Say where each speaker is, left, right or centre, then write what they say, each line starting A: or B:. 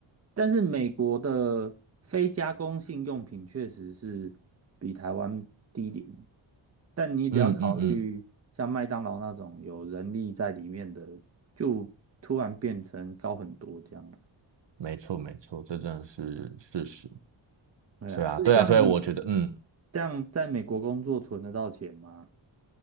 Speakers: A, on the right; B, on the right.
A: 但是美国的非加工性用品确实是比台湾低廉，但你只要考虑像麦当劳那种有人力在里面的，
B: 嗯嗯嗯，
A: 就突然变成高很多这样了。
B: 没错没错，这真的是事实。
A: 对啊，
B: 对啊对啊，
A: 所以像你
B: 所以我觉得嗯。
A: 这样在美国工作存得到钱吗？